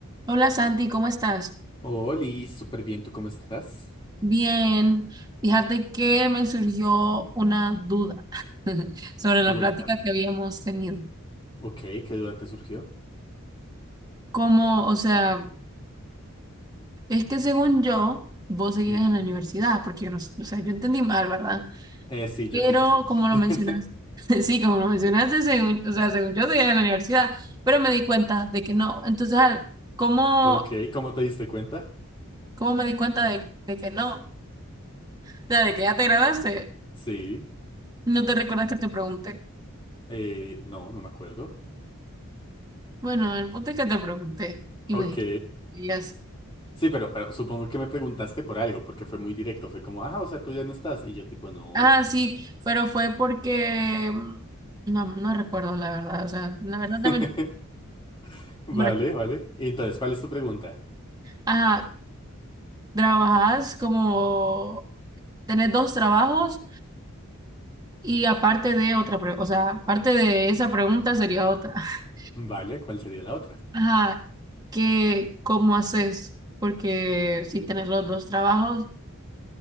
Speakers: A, on the right; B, on the left.
A: Hola Santi, ¿cómo estás?
B: Oli, súper bien, ¿tú cómo estás?
A: Bien, fíjate que me surgió una duda <laughs> sobre la
B: Cuéntame.
A: plática que habíamos tenido.
B: Ok, ¿qué duda te surgió?
A: Como, o sea, es que según yo, vos seguías
B: Ujú.
A: en la universidad, porque yo no, s- o sea, yo entendí mal, ¿verdad?
B: Eh, sí,
A: Pero
B: yo creo que sí.
A: como lo
B: <laughs>
A: mencionaste, <laughs> sí, como lo mencionaste, según, o sea, según yo seguía en la universidad, pero me di cuenta de que no. Entonces, al- ¿cómo,
B: Ok, ¿cómo te diste cuenta?
A: cómo me di cuenta de, de que no? O sea, de que ya te graduaste,
B: Sí.
A: no te recuerdas que te pregunté.
B: Eh, no, no me acuerdo.
A: Bueno, el punto es que te pregunté y
B: Ok.
A: me dijiste,
B: Sí, pero, pero supongo que me preguntaste por algo, porque fue muy directo. Fue como, ah, o sea, tú ya no estás. Y yo tipo, no.
A: ah, sí, pero fue porque, mm, no, no recuerdo la verdad, o sea, la verdad te
B: <laughs>
A: mentí.
B: Vale,
A: Hombre,
B: vale. Y Entonces, ¿cuál es tu pregunta?
A: Ajá, trabajas como, tenés dos trabajos y aparte de otra, pre- o sea, aparte de esa pregunta sería otra. <laughs>
B: Vale, ¿cuál sería la otra?
A: Ajá, que, ¿cómo haces? Porque si tenés los dos trabajos,